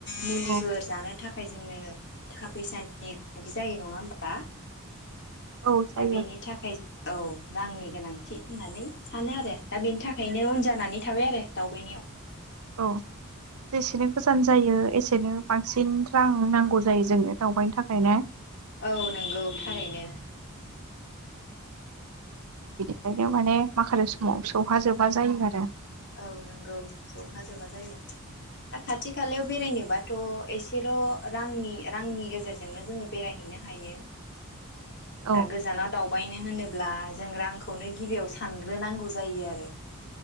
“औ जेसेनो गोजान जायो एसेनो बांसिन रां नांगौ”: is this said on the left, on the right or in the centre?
Right